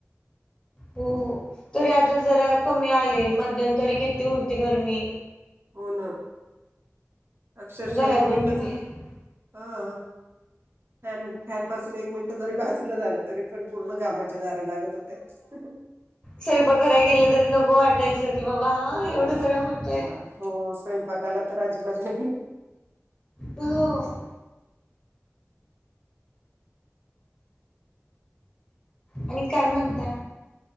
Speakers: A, on the left; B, on the right.
A: हो तरी आतां
B: हो
A: जरां कमी आलें मध्यंतरी किती होती गर्मी
B: हो नां अक्षरशः
A: घरातून
B: एक मिनिटं
A: बाहेर
B: जरं हां फ फँन पासूंन एक मिनिटं जरी बाजूंला झालं तरी पणं पूर्ण गमाच्यां धांरा लागतं होत्यां
A: स्वंयपाकराय गेलं तरी नको वाटतं यांचं की बाबां हां
B: हो.
A: एवढं गरमं होतंय
B: वा. हो स्वयंपाकाला तर अजिबात नाही
A: हो हो आणि कायं म्हणतां